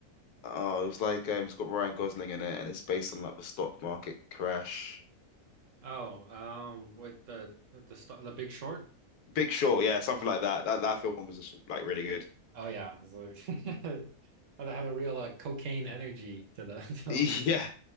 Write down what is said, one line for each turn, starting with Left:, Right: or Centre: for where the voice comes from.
Left: Oh, it was like um, it's got Ryan Gosling in it, and it's based on like the stock market crash.
Right: Oh, um, with the the star, the Big Short.
Left: Big Short, yeah, something like that. That that film was just like really good.
Right: Oh yeah, it's like- <laughs> had a, had a real uh, cocaine energy to the <laughs> to
Left: <laughs>
Right: the
Left: Yeah,
Right: whole.